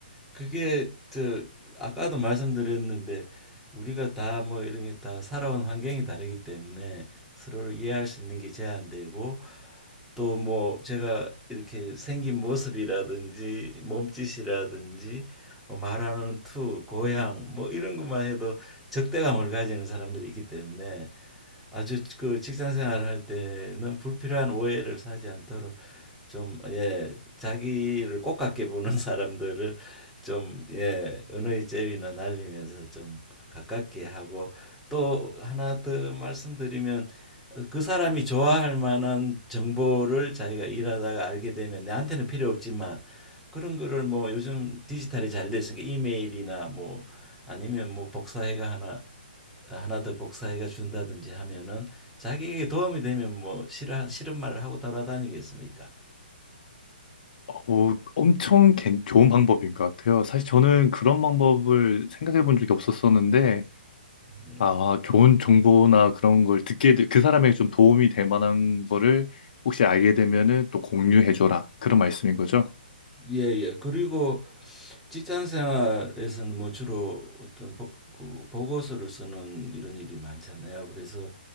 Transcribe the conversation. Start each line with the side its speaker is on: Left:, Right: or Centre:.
Centre: 그게 저 아까도 말씀드렸는데 우리가 다 뭐 이런 게 다 살아온 환경이 다르기 때문에 서로를 이해할 수 있는 게 제한되고 또 뭐 제가 이렇게 생긴 모습이라든지 몸짓이라든지 어, 말하는 투, 고향 뭐 이런 것만 해도 적대감을 가지는 사람들이 있기 때문에 아주 그 직장 생활할 때는 불필요한 오해를 사지 않도록 좀, 예, 자기를 꼭 같게 보는 <laughs> 사람들을 좀, 예, 은의 제비나 날리면서 좀 가깝게 하고 또 하나 더 말씀드리면 어, 그 사람이 좋아할 만한 정보를 자기가 일하다가 알게 되면 내한테는 필요 없지만 그런 거를 뭐 요즘 디지털이 잘 됐으니까 이메일이나 뭐 아니면 뭐 복사해가 하나 하나 더 복사해가 준다든지 하면은 자기에게 도움이 되면 뭐 싫어 싫은 말을 하고 돌아다니겠습니까?
Left: 어, 엄청 괜- 좋은 방법인 것 같아요. 사실 저는 그런 방법을 생각해 본 적이 없었었는데
Centre: 예.
Left: 아, 좋은 정보나 그런 걸 듣게 되- 그 사람에게 좀 도움이 될 만한 거를 혹시 알게 되면은 또 공유해 줘라. 그런 말씀인 거죠?
Centre: 예, 예. 그리고 직장 생활에서는 뭐 주로 어떤 보, 그 보고서를 쓰는 이런 일이 많잖아요. 그래서